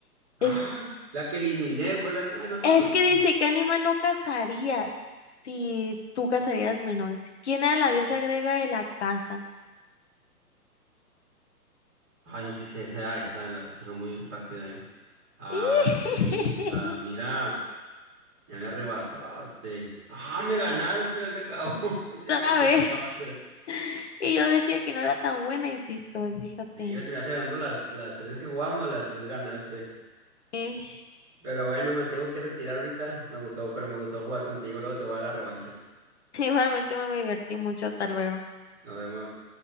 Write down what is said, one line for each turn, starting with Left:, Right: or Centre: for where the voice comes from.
Right: Ah,
Left: es,
Right: la que eliminé fue la que. Ah, no respondiste.
Left: es que dice, ¿qué animal no cazarías si tú cazarías menores? ¿Quién a la diosa agrega de la caza?
Right: Ay, no sé si sea esa. La puse muy rápida yo. Ah,
Left: <laughs>
Right: Artemisa. Mira. Ya me rebasaste. Ah, me ganaste. Ya se acabó. <laughs> Pensé
Left: Otra
Right: que seguía
Left: vez.
Right: la otra.
Left: Y yo decía que no era tan buena y sí soy, fíjate.
Right: Sí, me terminaste dando las, las tres que jugamos, las tres ganaste.
Left: Eh,
Right: Pero bueno, me tengo que retirar ahorita. Me gustó, pero me gustó jugar contigo. Luego te voy a la revancha.
Left: Igualmente me divertí mucho. Hasta luego.
Right: Nos vemos.